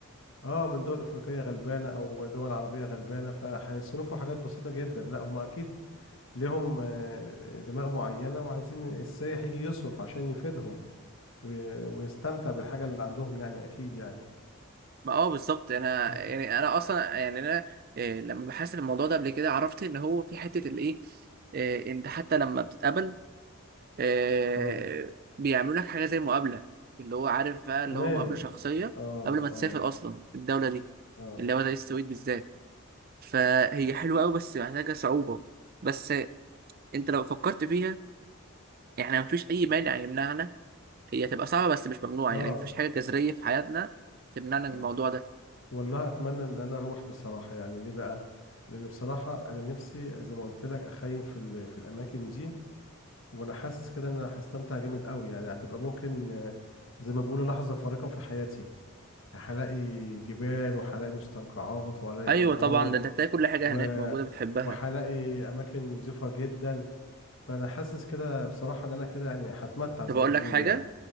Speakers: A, on the left (about 60°); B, on the right (about 40°).
A: آه من دول إفريقية غلبانة أو دول عربية غلبانة فهيصرفوا حاجات بسيطة جدا لا هم أكيد لهم آه، دماغ معينة وعايزين السائح يجي يصرف عشان يفيدهم و- واستمتع بالحاجة اللي عندهم يعني أكيد يعني
B: ما اه بالظبط انا
A: اه
B: يعني انا اصلا يعني انا إيه لما بحثت في الموضوع ده قبل كده عرفت ان هو في حته الايه إيه انت حتى لما بتتقابل إيه
A: اه
B: بيعملوا لك حاجه زي مقابله اللي هو عارف بقى اللي
A: كمان
B: هو مقابله شخصيه
A: اه
B: قبل ما
A: اه
B: تسافر اصلا الدوله دي
A: اه
B: اللي هو زي السويد بالذات فهي حلوه قوي بس محتاجه صعوبه بس انت لو فكرت فيها احنا مفيش اي مانع يمنعنا هي هتبقى صعبه بس مش ممنوعه
A: اه
B: يعني مفيش حاجه جذريه في حياتنا تمنعنا من
A: اه
B: الموضوع ده
A: والله اتمنى ان انا اروح بصراحه يعني ليه بقى لان بصراحه انا نفسي زي ما قلت لك اخيم في ال- في الاماكن دي وانا حاسس كده ان انا هستمتع جامد قوي يعني هتبقى ممكن آه، زي ما بيقولوا لحظه فارقه في حياتي هلاقي جبال وهلاقي مستنقعات وهلاقي
B: ايوه
A: انهار
B: طبعا ده انت هتلاقي كل حاجه
A: و-
B: هناك موجوده بتحبها
A: وهلاقي اماكن نظيفه جدا فانا حاسس كده بصراحه ان انا كده يعني هتمتع زي
B: طب اقول
A: ما بيقولوا
B: لك حاجه
A: يعني